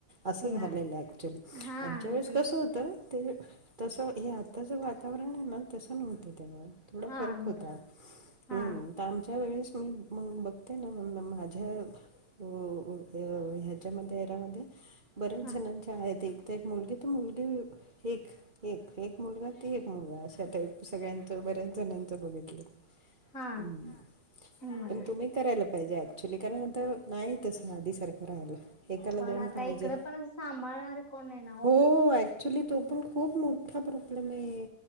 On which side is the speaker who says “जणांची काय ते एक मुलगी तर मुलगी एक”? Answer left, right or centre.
Right